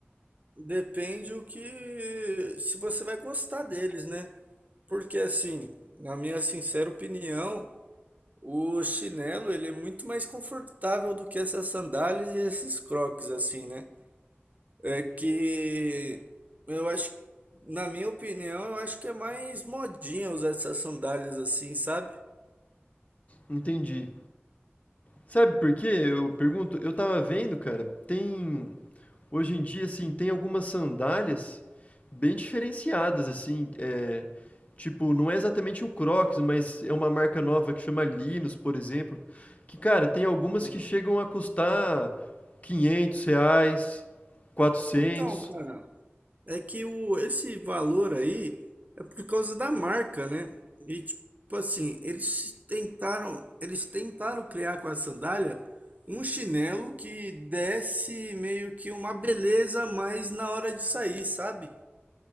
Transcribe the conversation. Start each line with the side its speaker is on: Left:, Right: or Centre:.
Right: depende o que, se você vai gostar deles, né? Porque assim, na minha sincera opinião, o chinelo ele é muito mais confortável do que essas sandálias e esses crocs, assim, né? É que eu acho, na minha opinião, eu acho que é mais modinha usar essas sandálias assim, sabe?
Left: Entendi. Sabe por quê? Eu pergunto, eu tava vendo, cara, tem hoje em dia assim, tem algumas sandálias bem diferenciadas assim, eh, tipo, não é exatamente um Crocs, mas é uma marca nova que chama Linus, por exemplo, que, cara, tem algumas
Right: Hum.
Left: que chegam a custar quinhentos reais, 400.
Right: Então, cara, é que o, esse valor aí é por causa da marca, né? E tipo assim, eles tentaram, eles tentaram criar com a sandália um chinelo que desse meio que uma beleza a mais na hora de sair, sabe?